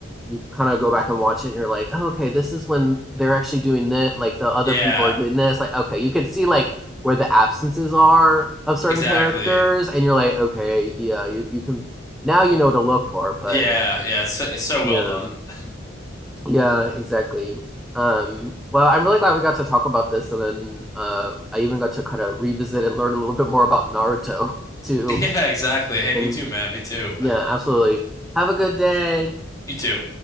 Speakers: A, in the centre; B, on the left.
A: you kind of go back and watch it and you're like, oh, okay, this is when they're actually doing that. Like the other
B: Yeah,
A: people are doing this. Like, okay, you can see like where the absences are of certain
B: exactly.
A: characters and you're like, okay, yeah, you, you can, now you know what to look for, but
B: Yeah, yeah. It's so- it's so
A: yeah.
B: well done. <laughs>
A: Yeah, exactly. Um, well, I'm really glad we got to talk about this, and then uh, I even got to kind of revisit and learn a little bit more about Naruto <laughs> too.
B: Yeah, exactly. Hey,
A: And
B: me too, man. Me too.
A: yeah, absolutely. Have a good day.
B: You too.